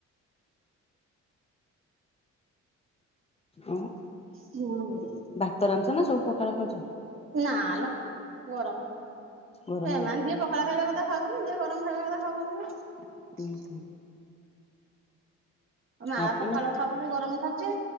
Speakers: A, on the left; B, on the right.
A: ଓ
B: ହୁଁ।
A: ଭାତ ରାନ୍ଧିଚ ନା? <unintelligible>
B: ନାଲ ଗରମ
A: ଗରମ
B: ସେମାନେ ଯିଏ ପଖଳା ଖାଇବା କଥା ଖାଉଛନ୍ତିି, ଯିଏ ଗରମ ଖାଇବା କଥା ଖାଉଛନ୍ତିି।
A: ହୁଁ ହୁଁ
B: ମା
A: ଆପଣ
B: ପଖାଳ ଖାଉନି ଗରମ ଖାଉଛି,